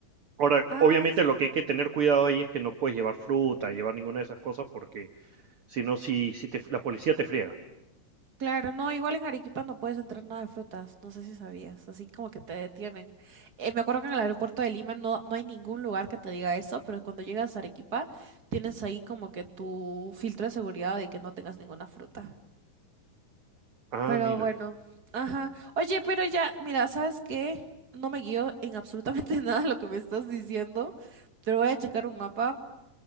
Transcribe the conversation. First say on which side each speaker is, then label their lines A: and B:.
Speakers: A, on the right; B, on the right.
A: Ahora,
B: Ay.
A: obviamente
B: sí.
A: lo que hay que tener cuidado ahí es que no puedes llevar fruta, llevar ninguna de esas cosas, porque si no, si, si te, la policía te friega.
B: Claro, no, igual en Arequipa no puedes entrar nada de frutas, no sé si sabías, así como que te detienen. Eh, me acuerdo que en el aeropuerto de Lima no, no hay ningún lugar que te diga eso, pero cuando llegas a Arequipa tienes ahí como que tu filtro de seguridad de que no tengas ninguna fruta.
A: Ah,
B: Pero
A: mira.
B: bueno, ajá. Oye, pero ya, mira, ¿sabes qué? No me guío en absolutamente <laughs> nada de lo que me estás diciendo, pero voy a checar un mapa.